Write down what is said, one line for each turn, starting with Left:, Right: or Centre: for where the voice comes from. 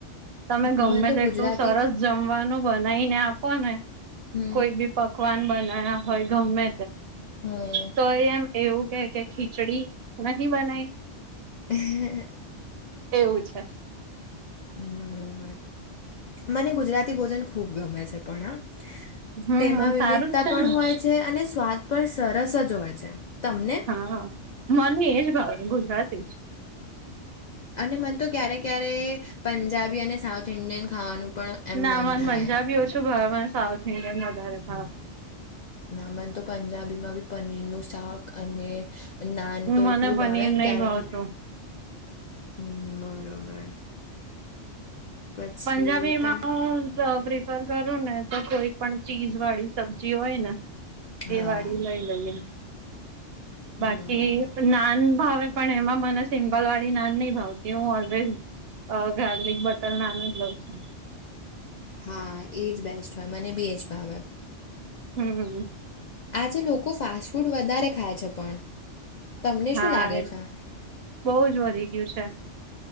Right: તમે ગમે
Left: મને
Right: તો
Left: ગુજરાતી
Right: એટલું સરસ જમવાનું બનાવીને આપો ને
Left: હમ
Right: કોઈ બી પકવાન બના્યા હોય ગમે
Left: હમ.
Right: તો એમ એવું કે કે ખીચડી નથીહી બનાયી?
Left: હ
Right: એવું છે?
Left: <unintelligible> બરોબર મને ગુજરાતી ભોજન ખૂબ ગમે છે પણ હા.
Right: હમ
Left: તેમાં વિવિધતા
Right: સારું જ છે
Left: પણ
Right: ને
Left: હોય છે અને સ્વાદ પણ સરસ જ હોય છે. તમને.?
Right: હા મને એજ ભાવ ગુજરાતી જ.
Left: અને મને તો ક્યારેક ક્યારે પંજાબી અને સાઉથ ઇન્ડિયન ખાવાનું પણ એમ
Right: ના
Left: મન
Right: મને
Left: થાય
Right: પંજાબી ઓછો ભાવને સાઉથ ઇન્ડિયન વધારે ભાવે.
Left: ના મને તો પંજાબી માં બી પનીરનું શાક અને નાન તો
Right: મને
Left: એટલું
Right: પનીર
Left: ભાવે ને
Right: નહી
Left: ક્યારે
Right: ભાવતું
Left: કે હ બરોબર પછી
Right: પંજાબીમાં
Left: તમ
Right: હ ર કરું ને તો કોઈ પણ ચીજ વાળી સબ્જી હોય ને? એ
Left: હા
Right: વાળી લઈ લઈએ,
Left: બરોબર
Right: બાકી નાન ભાવે પણ એમાં મને સિમ્પલ વાળી નાન નહી ભાવતી હું ઓલવેઝ ગાર્લિક બટર નાન જ લ
Left: હા એ જ બેસ્ટ હોય મને બી એ જ ભાવે
Right: હમ હ
Left: આજે લોકો ફાસ્ટ ફૂડ વધારે ખાય છે પણ તમને
Right: હા
Left: શું લાગે
Right: એ
Left: છે
Right: બહજ વધી ગયું છે